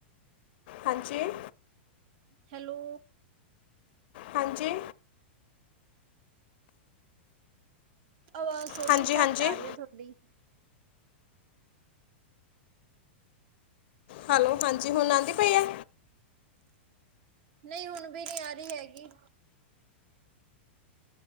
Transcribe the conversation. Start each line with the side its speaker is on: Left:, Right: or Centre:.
Left: ਹਾਂਜੀ।
Right: ਹੈਲੋ।
Left: ਹਾਂਜੀ।
Right: ਆਵਾਜ਼ ਥੋੜ੍ਹੀ
Left: ਹਾਂਜੀ
Right: ਘੱਟ
Left: ਹਾਂਜੀ
Right: ਆ ਰੀ ਐ ਤੁਆਡੀ।
Left: ਹੈਲੋ, ਹਾਂਜੀ ਹੁਣ ਆਂਦੀ ਪਈ ਐ।
Right: ਨਹੀਂ ਹੁਣ ਵੀ ਨਹੀਂ ਆ ਰਹੀ ਹੈਗੀ।